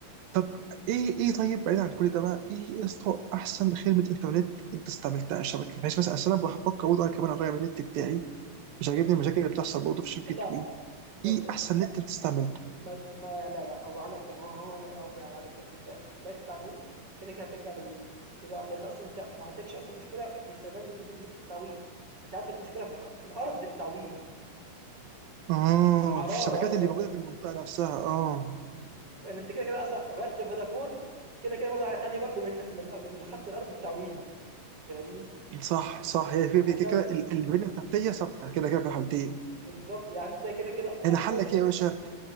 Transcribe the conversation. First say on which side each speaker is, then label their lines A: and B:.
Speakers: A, on the right; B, on the right.
A: طب ايه ايه طيب بعيد عن كل ده بقى ايه يا اسطى احسن خدمه انترنت انت استعملتها على الشبكه بحيث مثلا عشان انا بفكر برضه انا كمان اغير النت بتاعي مش عاجبني المشاكل اللي بتحصل برضه في شبكه
B: لأ،
A: وي
B: بُص
A: ايه احسن نت انت استعملته
B: ما ت ما لا، لأ، هو قال لك ما هو هو أنا أو يعني هاقول لك أنت بعدت عن Wii كده، كده هترجع لWii ليه بقى؟ لأن أصلًا أنت ما عندكش أصلًا مشكلة في استخدام الن النت بتاع Wii، أنت عندك مشكلة في الخ في الأرض بتاع Wii،
A: اه
B: في الحرارة
A: في الشبكات
B: أصلًا،
A: اللي موجوده في المنطقه نفسها اه
B: لأن أنت كده، كده أصلًا غيّرت فودافون كده، كده برضه هتعاني برضه من من من الخط الأرض بتاع Wii فاهمني؟
A: صح صح هي في
B: وك
A: في كده كده ال- البنيه التحتيه ثابته كده كده في الحالتين
B: بالضبط، يعني أنت كده، كده أصلًا
A: احنا حلك ايه يا باشا